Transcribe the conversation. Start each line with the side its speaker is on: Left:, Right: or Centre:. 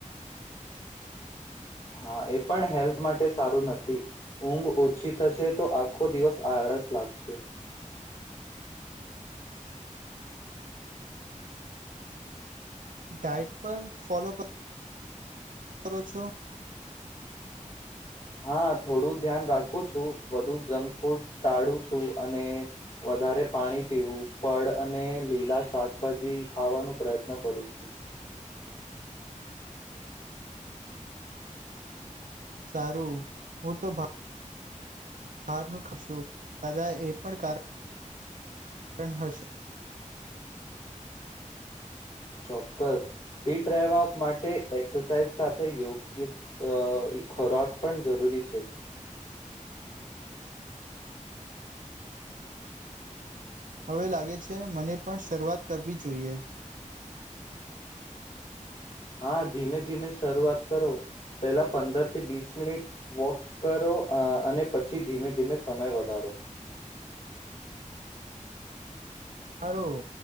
Left: હા એ પણ હેલ્થ માટે સારું નથી ઊંઘ ઓછી થશે તો આખો દિવસ આળસ લાગશે.
Right: ડાયટ પર ફોલો કરો છો.
Left: હા થોડું ધ્યાન રાખું છું વધુ જંક ફૂડ ટાળું છું, અને વધારે પાણી પીવું ફળ અને લીલા શાકભાજી ખાવાનો પ્રયત્ન કરું છું.
Right: સારું હું તો બારનુંશું કદા એ પણ કાર હશે.
Left: ચોક્કસ ફિટ રહેવા માટે એક્સરસાઇઝ સાથે યોગ્ય ખોરાક પણ જરૂરી છે.
Right: હવે લાગે છે મને પણ શરૂઆત કરવી જોઈએ.
Left: હા ધીમે-ધીમે શરૂઆત કરો પેલા પંદર થી વીસ મિનિટ વોક કરો અને પછી ધીમે-ધીમે સમય વધારો
Right: સારું